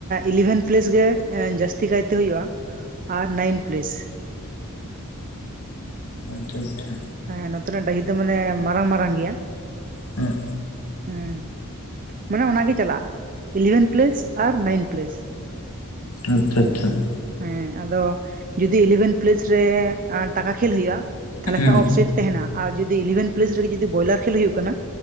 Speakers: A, on the right; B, on the left.
A: ᱤᱞᱮᱵᱷᱮᱱ ᱯᱞᱟᱮᱥ ᱜᱮ ᱡᱟᱹᱥᱛᱤ ᱠᱟᱭᱛᱮ ᱦᱳᱭᱳᱜᱼᱟ᱾ ᱟᱨ ᱱᱟᱭᱤᱱ ᱯᱞᱟᱮᱥ
B: ᱟᱪᱪᱷᱟ, ᱟᱪᱪᱷᱟ᱾
A: ᱦᱮᱸ ᱱᱚᱛᱮᱱᱟᱜ ᱰᱟᱹᱦᱤ ᱫᱚ ᱢᱟᱱᱮ, ᱢᱟᱨᱟᱝ ᱢᱟᱨᱟᱝ ᱜᱮᱭᱟ᱾
B: ᱦᱮᱸ,
A: ᱦᱩᱸ, ᱢᱟᱱᱮ ᱚᱱᱟ ᱜᱮ ᱪᱟᱞᱟᱜᱼᱟ, ᱤᱞᱮᱵᱷᱮᱱ ᱯᱞᱮᱥ ᱟᱨ ᱱᱟᱭᱤᱱ ᱯᱞᱮᱥ
B: ᱟᱪᱪᱷᱟ, ᱟᱪᱪᱷᱟ᱾
A: ᱦᱮᱸ ᱟᱫᱚ ᱡᱩᱫᱤ ᱤᱞᱮᱵᱷᱮᱱ ᱯᱞᱟᱥ ᱨᱮ, ᱴᱟᱠᱟ ᱠᱷᱮᱞ ᱦᱳᱭᱳᱜᱼᱟ᱾
B: ᱦᱩᱸ
A: ᱚᱯᱷᱥᱟᱭᱤᱴ ᱛᱟᱦᱮᱱᱟ ᱟᱨ ᱡᱩᱫᱤ, ᱤᱞᱤᱵᱷᱮᱱ ᱯᱞᱮᱥ ᱨᱮᱜᱮ, ᱡᱩᱫᱤ ᱵᱚᱭᱞᱟ ᱠᱷᱮᱞ ᱦᱳᱭᱩᱜ ᱠᱟᱱᱟ᱾